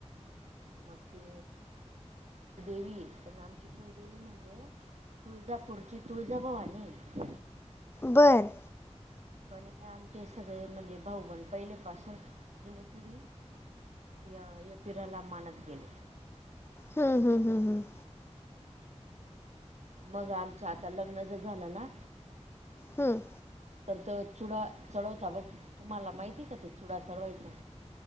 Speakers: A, on the right; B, on the left.
A: मग ते, देवी पण आमची कुळदेवी म्हणजे, तुळजापूरची तुळजाभवानी आहे.
B: बरं.
A: पण आमचे सगळे म्हणजे भाऊ बहीण पहिले पासून जुनी पिढी या एकविराला मानत गेले.
B: हम् हम्म हम हम.
A: मग आमचं आता लग्न च झालं ना.
B: हम.
A: तर तो चुडा चढवता बघ तुम्हाला माहितीय का ते चुडा चढवायचा?